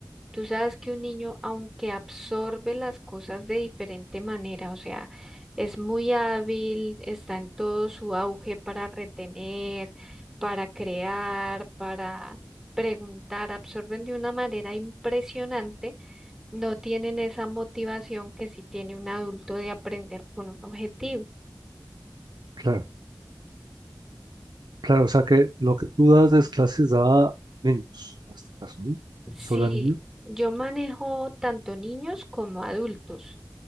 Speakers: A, in the centre; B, on the right (about 80°).
A: Tú sabes que un niño, aunque absorbe las cosas de diferente manera, o sea, es muy hábil, está en todo su auge para retener, para crear, para preguntar, absorben de una manera impresionante, no tienen esa motivación que sí tiene un adulto de aprender con un objetivo.
B: Claro, claro, o sea que lo que tú das es clases a niños, en este caso, ¿no?
A: Sí,
B: Solo a niños.
A: yo manejo tanto niños como adultos,